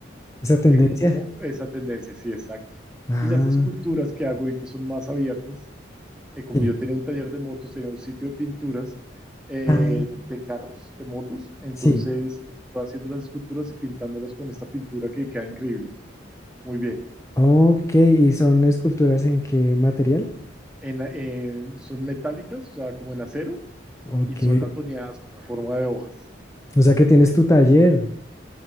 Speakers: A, on the left; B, in the centre.
A: esa tendencia.
B: eh, como esa tendencia, sí, exacto.
A: Ah,
B: Y las esculturas que hago ahorita son más abiertas, eh, como
A: sí.
B: yo tenía un taller de motos, tenía un sitio de pinturas eh,
A: Ah,
B: de carros, de motos, entonces
A: sí.
B: estoy haciendo las esculturas y pintándolas con esta pintura que queda increíble, muy bien.
A: Ok, ¿y son esculturas en qué material?
B: En, eh, son metálicas, o sea, como en acero,
A: Ok,
B: y son latoneadas como en forma de hojas.
A: o sea que tienes
B: Es
A: tu taller.